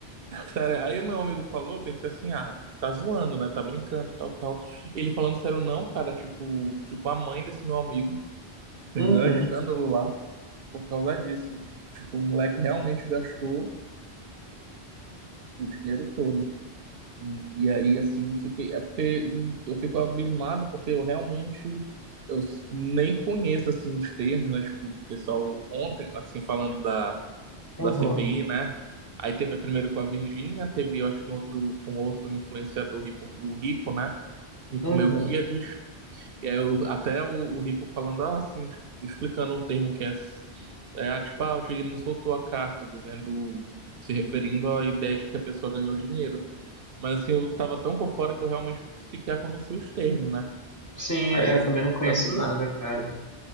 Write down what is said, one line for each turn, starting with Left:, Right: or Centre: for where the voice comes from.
Right: Sério, aí meu amigo falou, eu pensei assim, ah, tá zoando, né? Tá brincando, tal, tal. Ele falando sério, não, cara, tipo, tipo, a mãe desse meu amigo
Left: Uhum.
Right: fez o maior escândalo lá por causa disso. Tipo, o moleque realmente gastou o dinheiro todo. E, e aí, assim, fiquei, é porque hum, eu fico abismado, porque eu realmente eu s- nem conheço, assim, os termos, né? Tipo, o pessoal ontem, assim, falando da
Left: Uhum.
Right: da CPI, né? Aí teve a primeiro com a Virgínia, teve, eu acho que um outro com outro influenciador rico, o Rico, né? Rico
Left: Uhum.
Right: Melquiades. E aí eu, até o, o Rico falando ah, assim, tipo, explicando um termo que é, é ah, tipo, ah, o Tigrinho soltou a carta dizendo, se referindo à ideia de que a pessoa ganhou dinheiro. Mas assim, eu tava tão por fora que eu realmente sequer conhecia os termos, né?
Left: Sim,
Right: Aí
Left: é,
Right: assim,
Left: eu também não conheço
Right: também.
Left: nada, cara.